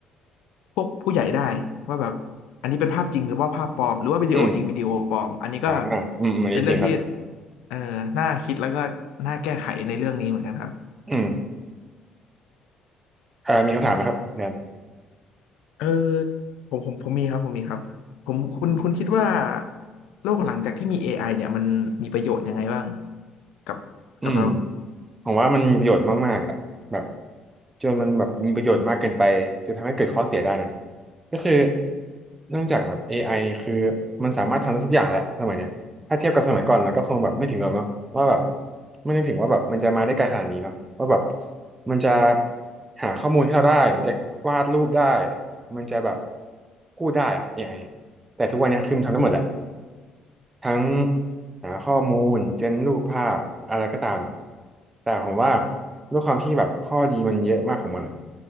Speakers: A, on the left; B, on the right.
A: พวกผู้ใหญ่ได้ว่าแบบอันนี้เป็นภาพจริงหรือว่าภาพปลอมหรือว่าวิดีโอจริงวิดีโอปลอมอันนี้ก็
B: อืมอ่าอืมอมอันนี้จริงครับ
A: เป็นเรื่องที่เอ่อน่าคิดแล้วก็น่าแก้ไขในเรื่องนี้เหมือนกันครับ
B: อืม อ่ามีคำถามไหมครับแทน
A: เออผมผมผมมีครับผมมีครับผมคุณคุณคิดว่าโลกหลังจากที่มี AI เนี่ยมันมีประโยชน์ยังไงบ้างกับกับเรา
B: อืมผมว่ามันมีประโยชน์มากๆอ่ะแบบจนมันแบบมีประโยชน์มากเกินไปจนทำให้เกิดข้อเสียได้นะก็คือเนื่องจากแบบเอไอคือมันสามารถทำได้ทุกอย่างแหละสมัยเนี้ยถ้าเทียบกับสมัยก่อนแล้วก็คงแบบไม่ถึงหรอกเนาะว่าแบบไม่ได้ถึงว่าแบบมันจะมาได้ไกลขนาดนี้เนาะว่าแบบมันจะหาข้อมูลให้เราได้มันจะวาดรูปได้มันจะแบบพูดได้อะเอไ i แต่ทุกวันเนี้ยคือมันทำได้หมดแหละ ทั้งหาข้อมูลเจนรูปภาพอะไรก็ตามแต่ผมว่าด้วยความที่แบบข้อดีมันเยอะมากของมันอะ